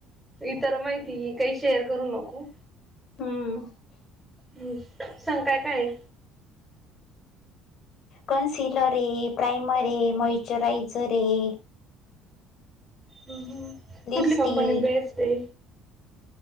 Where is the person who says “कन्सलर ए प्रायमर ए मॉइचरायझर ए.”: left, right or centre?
Left